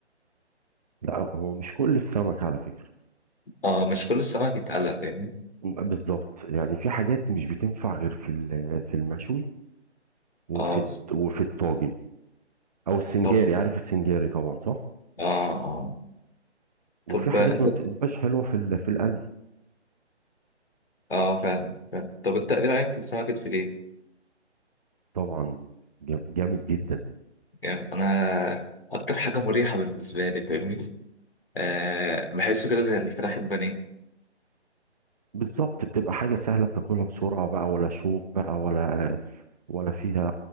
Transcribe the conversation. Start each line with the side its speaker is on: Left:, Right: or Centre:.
Right: لا هو مش كل السمك على فكرة
Left: اه مش كل السمك يتقلى فاهمني
Right: بالظبط يعني في حاجات مش بتنفع غير في ال- في المشوي وفي
Left: اه
Right: الت...
Left: بز-
Right: وفي الطاجن او السنجاري
Left: طب
Right: عارف السنجاري طبعا صح
Left: اه اه
Right: وفي
Left: طب
Right: حاجات
Left: انت
Right: ما بتبقاش حلوة في ال... في القلي
Left: اه فعلا فعلا طب انت ايه رايك في السمك الفيليه
Right: طبعا جام- جامد جدا
Left: يعني انا اكتر حاجه مريحه بالنسبه لي فاهمني أه بحسه كده زي الفراخ البانيه
Right: بالظبط بتبقى حاجة سهلة بتاكلها بسرعة بقى ولا شوك بقى ولا ولا فيها